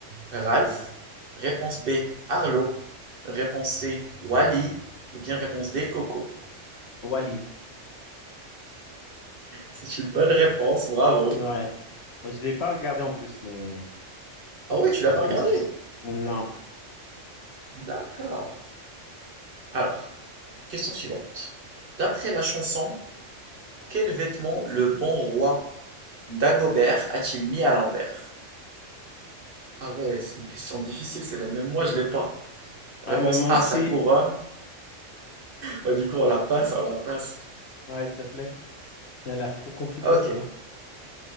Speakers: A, on the right; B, on the left.
A: Ralph. Réponse B, Arlo. Réponse C, Wally. Ou bien réponse D, Coco.
B: Wally.
A: C'est une bonne réponse, bravo.
B: Ouais. Je l'ai pas regardé en plus, mais
A: Ah ouais, tu l'as
B: je
A: pas
B: pense
A: regardé?
B: que c'est. Non.
A: D'accord. Alors, question suivante. D'après la chanson, quel vêtement le bon roi Dagobert a-t-il mis à l'envers? Ah ouais, c'est une question difficile, c'est la même moi je l'ai pas.
B: Ah,
A: Réponse
B: mais moi
A: A,
B: aussi.
A: sa couronne.
B: <laughs>
A: Bah, du coup, on la passe, on la passe.
B: Ouais, s'il te plaît. Elle a l'air trop compliquée,
A: Ok.
B: celle-là.